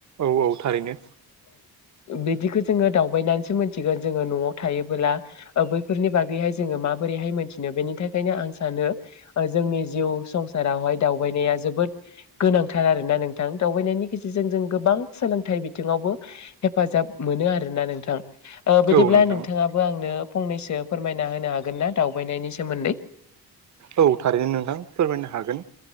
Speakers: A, on the right; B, on the left.
A: औ औ थारैनो।
B: बिदिखो जोङो दावबायनानैसो मोनथिगोन, जोङो न'आव थायोबोला बैफोरनि बागैहाय जोङो मा बोरैहाय मोनथिनो? बेनि थाखायनो आं सानो ओ जोंनि जिउ संसारावहाय दावबायनाया जोबोद गोनांथार आरोना नोंथां। दावबायनायनि गेजेरजों जों गोबां बां सोलोंथाइ बिथिङावबो हेफाजाब मोनो आरोना नोंथां। ओ बिदिब्ला
A: औ नोंथां
B: नोंथाङाबो आंनो फंनैसो फोरमायना होनो हागोन ना दावबायनायनि सोमोन्दै?
A: औ थारैनो नोंथां फोरमायनो हागोन।